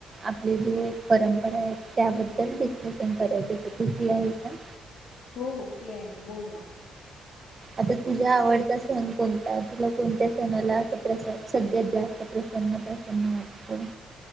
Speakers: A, on the right (about 30°); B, on the left (about 75°).
A: आपले जे परंपरा आहेत त्याबद्दल डिस्कशन करायच ते तू फ्री आहेस ना.
B: हो-हो फ्री आहे मी बोल ना.
A: आता तुझा आवडता सण कोणता? तुला कोणत्या सणाला प्र असं सगळ्यात जास्त प्रसन्न प्रसन्न वाटतं?